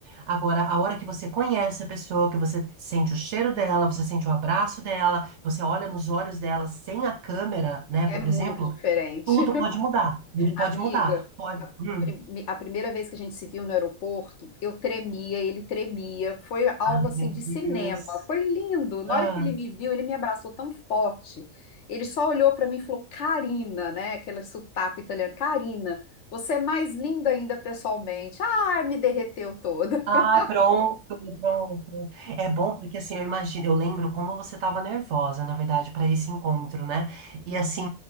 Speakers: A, on the right; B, on the left.
A: Agora, a hora que você conhece a pessoa, que você sente o cheiro dela, você sente o abraço dela, você olha nos olhos dela sem a câmera, né,
B: É
A: por
B: muito
A: exemplo,
B: diferente.
A: tudo pode mudar. Tudo
B: Amiga,
A: pode mudar. Pode...
B: a,
A: Hum.
B: prime- a primeira vez que a gente se viu no aeroporto, eu tremia, ele tremia, foi algo
A: Ai,
B: assim
A: meu
B: de cinema,
A: Deus.
B: foi lindo. Na
A: Ah.
B: hora que ele me viu, ele me abraçou tão forte. Ele só olhou pra mim e falou: Karina, né? Aquele sotaque italiano, Karina, você é mais linda ainda pessoalmente. Ai, me derreteu toda. <laughs>
A: Ah, pronto, pronto. É bom porque assim, eu imagino, eu lembro como você estava nervosa, na verdade, para esse encontro, né? E assim,